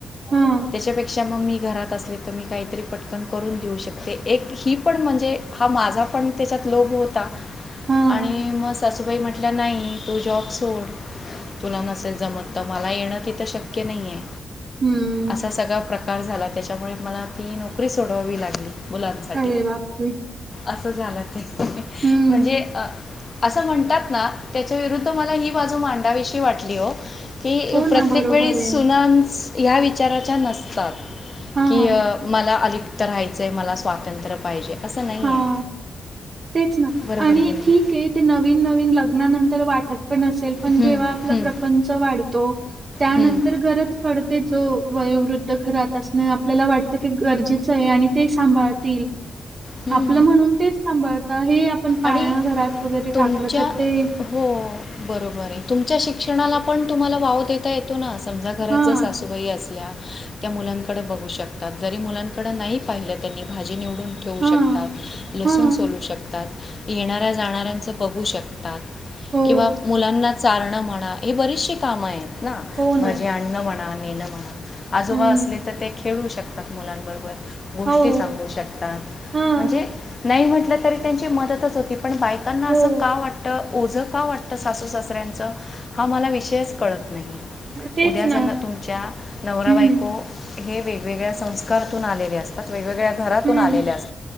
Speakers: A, on the right (about 40°); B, on the left (about 35°).
A: हां,
B: त्याच्यापेक्षा मग मी घरात तर मी काहीतरी पटकन करून देऊ शकते एक ही पण म्हणजे हा माझा पण त्याच्यात लोक होता
A: हां.
B: आणि मग सासूबाई म्हटलं नाही तो जॉब सोड तुला नसेल जमत तर मला येणं तिथं शक्य नाहीये
A: हं.
B: असा सगळा प्रकार झाला त्याच्यामुळे मला ती नोकरी सोडवावी लागली मुलांसाठी
A: अरे बापरे!
B: असं झालं ते
A: हं.
B: म्हणजे असं म्हणतात ना त्याच्या विरुद्ध मला ही बाजू मांडावीशी वाटली हो की
A: हो ना,
B: प्रत्येक
A: बरोबर
B: वेळी सुनान्स
A: आहे.
B: ह्या विचाराच्या नसतात
A: हां,
B: की मला अलिप्त राहायचंय मला स्वातंत्र्य पाहिजे असं नाही
A: हां.
B: आहे
A: तेच ना
B: बरोबर
A: आणि
B: की नाही
A: ठीक आहे ते नवीन नवीन लग्नानंतर वाटत पण असेल पण
B: हं,
A: जेव्हा आपला
B: हं,
A: प्रपंच वाढतो त्यानंतर
B: हं,
A: गरज पडते जो वयोवृद्ध घरात असण आपल्याला वाटतं की गरजेचं आहे आणि ते सांभाळतील
B: हं.
A: आपलं म्हणून तेच सांभाळत हे आपण पाळणा
B: आणि
A: घरात वगैरे
B: तुमच्या
A: टाकलं तर ते
B: हो बरोबर आहे तुमच्या शिक्षणाला पण तुम्हाला वाव देता येत तो ना समजा घरात
A: हां,
B: जर सासूबाई असल्या त्या मुलांकडे बघू शकतात जरी मुलांकड नाही पाहिलं त्यांनी भाजी निवडून ठेवू
A: हां,
B: शकतात लसून
A: हां.
B: सोलू शकतात येणाऱ्या जाणाऱ्यांचं बघू शकतात
A: हो,
B: किंवा मुलांना चारणं म्हणा हे बरीचशी कामं आहेत ना
A: हो ना.
B: माझी अणण म्हणा मेनं म्हणा आजोबा
A: हं,
B: असले तर ते खेळू शकतात मुलांबरोबर गोष्टी
A: हो,
B: सांगू शकतात
A: हां,
B: म्हणजे नाही म्हटलं तरी त्यांची मदतच होती पण बायकांना असं
A: हो.
B: का वाटतं ओझं का वाटतं सासू सासऱ्यांचं हा मला विषयच कळत नाही आहे
A: तेच
B: उद्या
A: ना.
B: जना तुमच्या नवरा
A: हं,
B: बायको हे वेगवेगळ्या संस्कारातून आलेले असतात वेगवेगळ्या घरातून
A: हं,
B: आलेले असतात